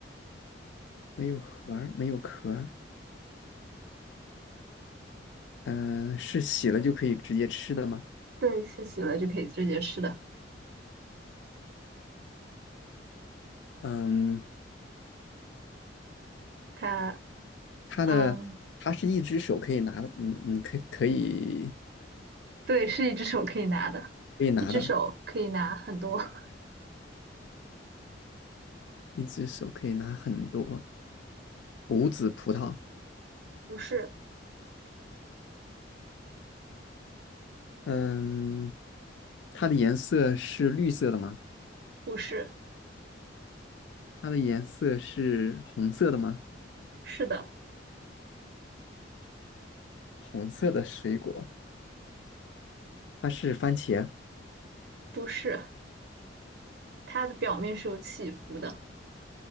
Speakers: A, on the left; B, on the right.
A: 没有核儿没有壳儿嗯、是洗了就可以直接吃的吗？
B: 对，是洗了就可以直接吃的。
A: 嗯，
B: 它，
A: 它的它是一只手可以拿的，
B: 嗯，
A: 嗯嗯，可以可以
B: 对，是一只手可以拿的，
A: 可以拿的，
B: 一只手可以拿很多。<laughs>
A: 一只手可以拿很多无籽葡萄。
B: 不是，
A: 嗯，它的颜色是绿色的吗？
B: 不是，
A: 它的颜色是红色的吗？
B: 是的，
A: 红色的水果，它是番茄，
B: 不是，它的表面是有起伏的，